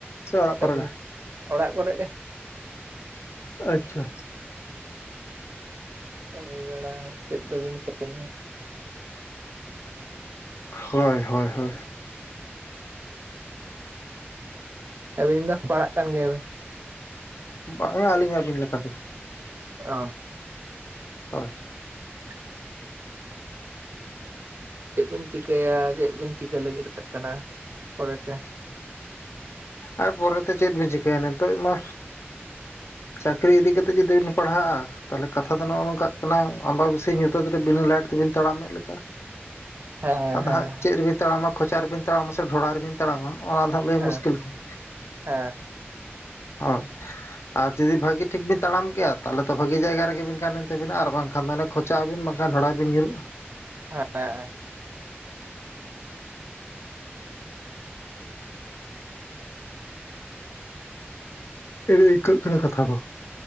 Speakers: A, on the left; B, on the right.
A: ᱥᱮ ᱚᱲᱟᱜ
B: ᱠᱟᱹᱢᱤ
A: ᱠᱚᱨᱮ ᱜᱮ
B: ᱚᱲᱟᱜ ᱠᱚᱨᱮ ᱜᱮ
A: ᱟᱪᱪᱷᱟ
B: ᱠᱟᱹᱢᱤ ᱵᱟᱲᱟ ᱪᱮᱫ ᱫᱚᱵᱤᱱ ᱠᱟᱹᱢᱤᱭᱟ
A: ᱦᱳᱭ ᱦᱳᱭ ᱦᱳᱭ
B: ᱟᱹᱵᱤᱱ ᱢᱟ ᱯᱟᱲᱦᱟᱜ ᱠᱟᱱ ᱜᱮᱭᱟ ᱵᱮᱱ
A: ᱵᱟᱝᱟ ᱟᱹᱞᱤᱧ ᱟᱵᱤᱱ ᱞᱮᱠᱟ ᱜᱮ
B: ᱚᱻ
A: ᱦᱳᱭ
B: <unintelligible> ᱪᱮᱫ ᱵᱤᱱ ᱪᱤᱠᱟᱹᱭᱟ ᱪᱮᱫ ᱵᱤᱱ ᱪᱤᱠᱟᱹᱭ ᱞᱟᱹᱜᱤᱫᱚᱜ ᱠᱟᱱᱟ ᱯᱚᱨᱮ ᱛᱮ
A: ᱟᱨ ᱯᱚᱨᱮ ᱛᱮ ᱪᱮᱫ ᱵᱤᱱ ᱪᱤᱠᱟᱹᱭᱟ ᱱᱤᱛᱚᱜ ᱢᱟ ᱪᱟᱹᱠᱨᱤ ᱤᱫᱤ ᱠᱟᱛᱮ ᱡᱩᱫᱤ ᱵᱤᱱ ᱯᱟᱲᱦᱟᱜᱼᱟ ᱛᱟᱦᱞᱮ ᱠᱟᱛᱷᱟ ᱫᱚ ᱱᱚᱜᱼᱚ ᱱᱚᱝᱠᱟᱜ ᱠᱟᱱᱟ ᱟᱢᱵᱟᱵᱟᱹᱥᱤᱭᱟᱹ ᱧᱩᱟᱹᱛ ᱨᱮ ᱵᱤᱱᱟᱹ ᱞᱟᱭᱤᱴ ᱛᱮᱵᱤᱱ ᱛᱟᱲᱟᱢᱮᱫ ᱞᱮᱠᱟ
B: ᱦᱮᱸ
A: ᱟᱫᱚ
B: ᱦᱮᱸ
A: ᱦᱟᱸᱜ ᱪᱮᱫ ᱨᱮᱵᱤᱱ ᱛᱟᱲᱟᱢᱟ ᱠᱷᱚᱪᱟ ᱨᱮᱵᱤᱱ ᱛᱟᱲᱟᱢᱟ ᱥᱮ ᱰᱷᱚᱲᱟ ᱨᱮᱵᱤᱱ ᱛᱟᱲᱟᱢᱟ ᱚᱱᱟ ᱫᱚ ᱦᱟᱸᱜ ᱞᱟᱹᱭ
B: ᱦᱮᱸ
A: ᱢᱩᱥᱠᱤᱞ ᱜᱮᱭᱟ
B: ᱦᱮᱸ
A: ᱦᱚᱭ ᱟᱨ ᱡᱩᱫᱤ ᱵᱷᱟᱹᱜᱤ ᱴᱷᱤᱠ ᱵᱤᱱ ᱛᱟᱲᱟᱢ ᱠᱮᱭᱟ ᱛᱟᱦᱚᱞᱮ ᱛᱚ ᱵᱷᱟᱹᱜᱤ ᱡᱟᱭᱜᱟ ᱨᱮᱜᱮ ᱵᱤᱱ ᱜᱟᱱ ᱮᱱ ᱛᱟᱵᱤᱱᱟ ᱟᱨ ᱵᱟᱝᱠᱷᱟᱱ ᱫᱚ ᱪᱟᱵᱤᱱ ᱵᱟᱝᱠᱷᱟᱱ ᱦᱟᱸᱰᱟ ᱨᱮᱵᱤᱱ ᱧᱩᱨᱩᱜᱼᱟ
B: ᱦᱮᱸ
A: ᱮᱱᱮ ᱤᱱᱠᱟᱹᱜ ᱠᱟᱱᱟ ᱠᱟᱛᱷᱟ ᱫᱚ